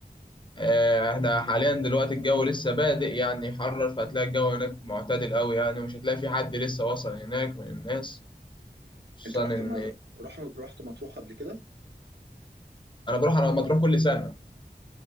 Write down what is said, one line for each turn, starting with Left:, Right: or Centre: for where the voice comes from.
Left: آه، احنا حاليا دلوقتي الجو لسه بادئ يعني يحرر فهتلاقي الجو هناك معتدل قوي يعني ومش هتلاقي في حد لسه وصل هناك من الناس خصوصا
Right: انت رحت
Left: ان
Right: ما... رحت رحت مطروح قبل كده
Left: انا بروح على مطروح كل سنة